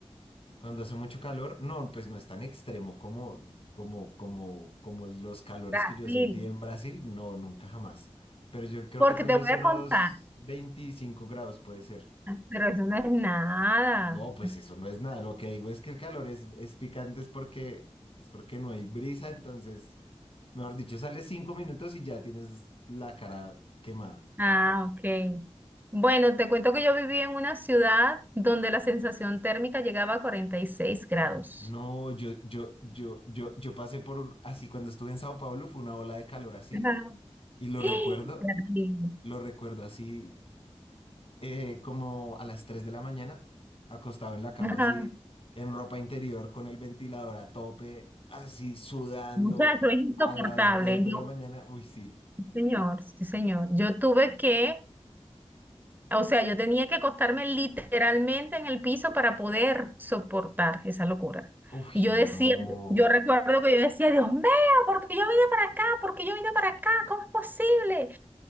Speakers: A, on the left; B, on the right.
A: Cuando hace mucho calor, no, pues no es tan extremo como, como, como, como los calores
B: Brasil.
A: que yo sentí en Brasil, no, nunca jamás. Pero yo creo
B: Porque
A: que tal
B: te
A: vez
B: voy
A: unos
B: a contar,
A: 25 grados puede ser.
B: pero eso no es nada.
A: No, pues eso no es nada. Lo que digo es que el calor es, es picante, es porque, es porque no hay brisa, entonces, mejor dicho, sales cinco minutos y ya tienes la cara quemada.
B: Ah, ok. Bueno, te cuento que yo viví en una ciudad donde la sensación térmica llegaba a 46 grados.
A: No, yo, yo, yo, yo, yo pasé por así cuando estuve en Sao Paulo, fue una ola de calor así,
B: Ajá.
A: y lo
B: ¡Ah!
A: recuerdo,
B: Terrible.
A: Lo recuerdo así, eh, como a las 3 de la mañana, acostado en la cama
B: Ajá.
A: así, en ropa interior, con el ventilador a tope, así sudando
B: Muchacho, es insoportable.
A: a las 2 de
B: Yo,
A: la mañana. Uy, sí.
B: sí, señor, sí, señor. Yo tuve que, o sea, yo tenía que acostarme literalmente en el piso para poder soportar esa locura.
A: Uy,
B: Y yo
A: no.
B: decía, yo recuerdo que yo decía, Dios mío, ¿por qué yo vine para acá? ¿Por qué yo vine para acá? ¿Cómo es posible?